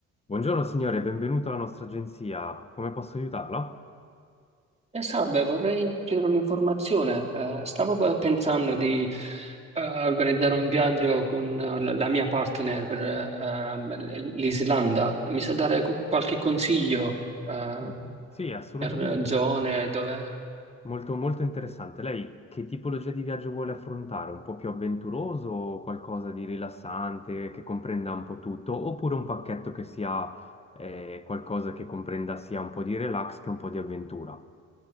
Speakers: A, on the left; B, on the right.
A: Buongiorno signore, benvenuto alla nostra agenzia. Come posso aiutarla?
B: Eh, salve, vorrei chiedere un'informazione. Eh, stavo pe- pensando di eh, organizzare un viaggio con eh, la la mia partner per ehm, l- l'Islanda. Mi sa dare cu- qualche consiglio eh,
A: Mm, Sì, assolutamente.
B: per zone
A: sì.
B: dove...
A: Molto, molto interessante. Lei che tipologia di viaggio vuole affrontare? Un po' più avventuroso o qualcosa di rilassante che comprenda un po' tutto? Oppure un pacchetto che sia eh, qualcosa che comprenda sia un po' di relax che un po' di avventura?